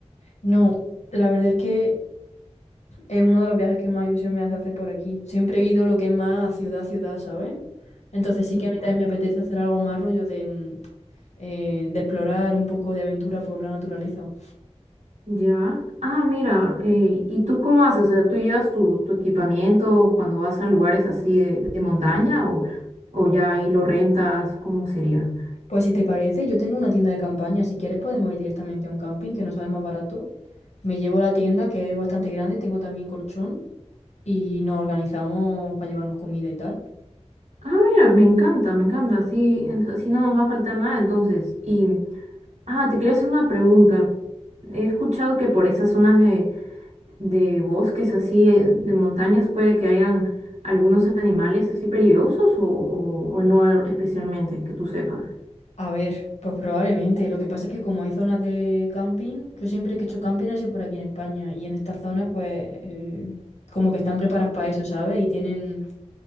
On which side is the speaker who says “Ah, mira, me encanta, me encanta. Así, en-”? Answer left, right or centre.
Right